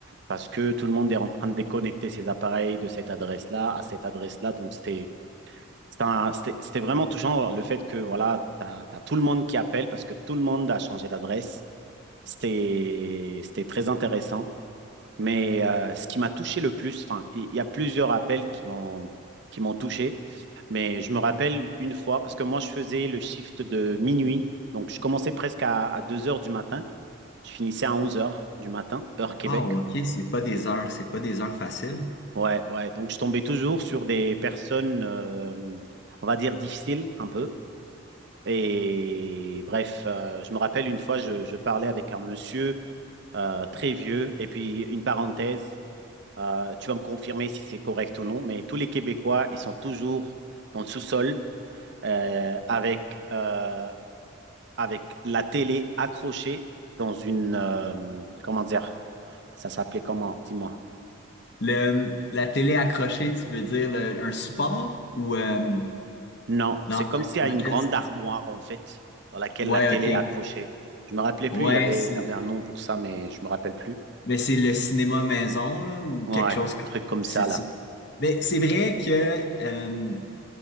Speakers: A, on the right; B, on the left.
A: parce que tout le monde est en train de déconnecter ses appareils de cette adresse-là à cette adresse-là. Donc c'était c'était un- c'était- c'était vraiment touchant le fait que voilà, tu as, tout le monde qui appelle parce que tout le monde a changé d'adresse. C'était, c'était très intéressant. Mais euh, ce qui m'a touché le plus, enfin, il il y a plusieurs appels qui m'ont qui m'ont touché, mais je me rappelle une fois, parce que moi, je faisais le shift de minuit, donc je commençais presque à, à 2 heures du matin, je finissais à 11 heures du matin, heure Québec.
B: Wow, ok, c'est pas des heures, c'est pas des heures faciles.
A: Ouais, ouais, donc je tombais toujours sur des personnes, euh, on va dire, difficiles un peu. Et bref, euh, je me rappelle une fois, je, je parlais avec un monsieur euh, très vieux, et puis une parenthèse, Euh, tu vas me confirmer si c'est correct ou non, mais tous les Québécois, ils sont toujours dans le sous-sol euh, avec, euh, avec la télé accrochée dans une... euh, comment dire? Ça s'appelait comment? Dis-moi.
B: Le, la télé accrochée, tu veux dire le- un support ou euh,
A: Non,
B: dans,
A: c'est comme s'il y a
B: dans
A: une
B: quel...
A: grande armoire, en fait, dans laquelle
B: Ouais,
A: la télé
B: ok.
A: est accrochée. Je me rappelais plus,
B: Ouais,
A: il y avait,
B: c'est
A: il y avait un nom pour ça, mais je me rappelle plus.
B: mais c'est le cinéma maison là, ou
A: Ouais,
B: quelque chose
A: un
B: comme
A: truc comme
B: c'est
A: ça, là.
B: c'est- Mais c'est vrai que euh,